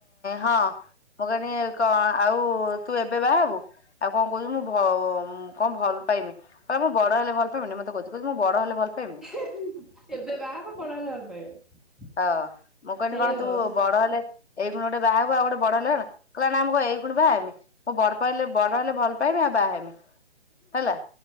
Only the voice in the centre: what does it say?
ଏବେ ବାହାହବ, ବଡ ହେଲେ ଭଲ ପାଇବ।
ଏଇ
ଆଉ